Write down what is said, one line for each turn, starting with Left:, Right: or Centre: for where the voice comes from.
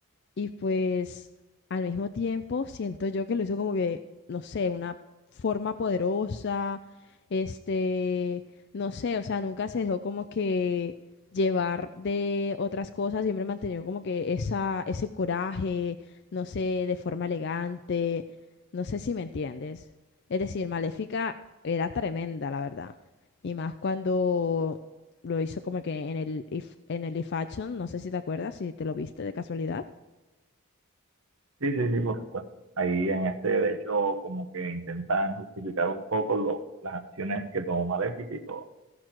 Left: y pues al mismo tiempo siento yo que lo hizo como que, no sé, una forma poderosa, este, no sé, o sea, nunca se dejó como que llevar de otras cosas, siempre mantenió como que esa, ese coraje, no sé, de forma elegante, no sé si me entiendes. Es decir, Maléfica era tremenda, la verdad. Y más cuando lo hizo como que en el, If- en el If Action, no sé si te acuerdas, si te lo viste de casualidad.
Right: Sí, sí, sí, por supuesto. Ahí en este, de hecho, como que intentan justificar un poco lo- las acciones que tomó Maléfica y todo.